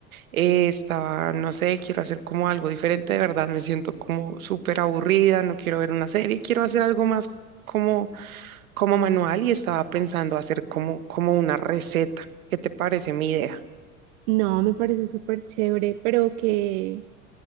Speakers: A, on the right (about 70°); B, on the right (about 55°).
A: eh, estaba, no sé, quiero hacer como algo diferente, de verdad, me siento como súper aburrida, no quiero ver una serie, quiero hacer algo más. como como manual y estaba pensando hacer como, como una receta. ¿Qué te parece mi idea?
B: No, me parece súper chévere, pero qué